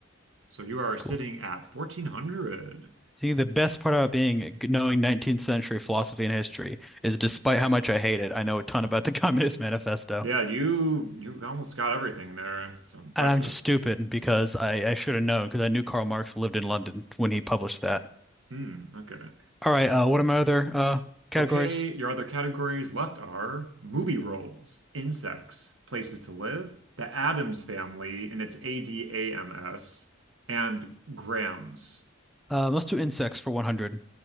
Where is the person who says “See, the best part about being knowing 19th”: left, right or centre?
Centre